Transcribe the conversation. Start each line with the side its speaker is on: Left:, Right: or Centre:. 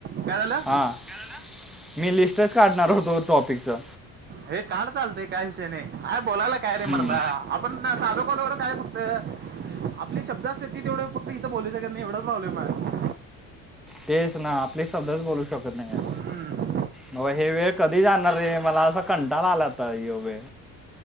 Right: काय झालं
Centre: हा. मी लिस्टच काढणार होतो टॉपिक च.
Right: हे कालचं आलतय काही विषयने, आहे बोलायला काय रे
Centre: हम्म.
Right: मर्दा आपण साध कॉलवर काय त आपली शब्द असते ती तेवढं फक्त इथं बोलू शकत नाही एवढा प्रॉब्लेम आहे.
Centre: तेच ना आपले शब्दच बोलू शकत नाही या.
Right: हम्म.
Centre: मबा हे वेळ कधी जाणार रे मला असा कंटाला आला आता यो वे.